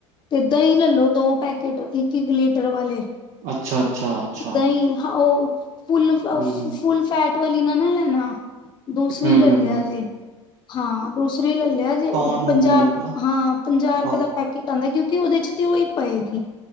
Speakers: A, on the left; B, on the right.
A: ਤੇ ਦਹੀ ਲਲੋ ਦੋ ਪੈਕੇਟ ਇੱਕ-ਇੱਕ ਲੀਟਰ ਵਾਲੇ
B: ਅੱਛਾ, ਅੱਛਾ, ਅੱਛਾ
A: ਦਹੀਂ, ਹ ਉਹ ਫੁੱਲ-ਫ-ਫ-ਫੁਲ-ਫੈਟ
B: ਹੂੰ,
A: ਵਾਲੀ ਨਾ ਸੁਣ ਲੇ ਨਾ ਦੂਸਰੀ
B: ਹੂੰ,
A: ਲੇਲੀਆ
B: ਹੂੰ, ਹੂੰ
A: ਜੇ, ਹਾਂ, ਦੂਸਰੀ ਲੇਲਿਆ ਜੇ।
B: ਟੋਨ
A: ਉਹ ਪੰਜਾਹ,
B: ਮਿਲਕ ਨਾ
A: ਹਾਂ, ਪੰਜਾਹ ਰਪਏ
B: ਹਾਂ
A: ਦਾ ਕੀ ਪੈਂਦੈ, ਕਿਉਂਕਿ ਔਦੇ ਚ ਤੇ ਔਈ ਪਏਗੀ।